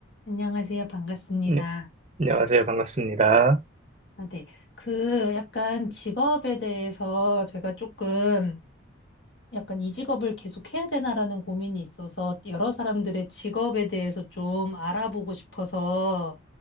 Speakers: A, on the left; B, on the right.
A: 안녕하세요. 반갑습니다.
B: 네, 안녕하세요. 반갑습니다.
A: 아, 네. 그 약간 직업에 대해서 제가 조금 약간 이 직업을 계속 해야 되나라는 고민이 있어서 여러 사람들의 직업에 대해서 좀 알아보고 싶어서